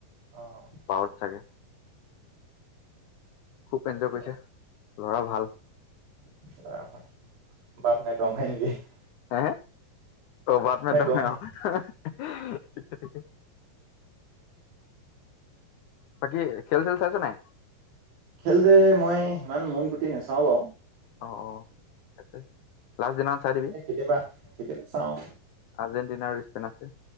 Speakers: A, on the right; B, on the left.
A: অ',
B: বাৰত চাগে। খুৱ
A: ঠিকে
B: এনঞ্জয় কৰিছে ল'ৰাও ভাল।
A: ল'ৰা ভাল <unintelligible>
B: হে বাদ মে
A: দম হে
B: <unintelligible> বাকী খেল-চেল চাইছ নাই?
A: খেল যে মই ইমান মন পুতি নাচাওঁ বাৰু
B: অ অ তাকে লাষ্ট দিনা চাই দিবি।
A: কেতিয়াবা, কেতিয়াবা চাওঁ।
B: আৰ্জেণ্টিনা আৰু স্পেন আছে।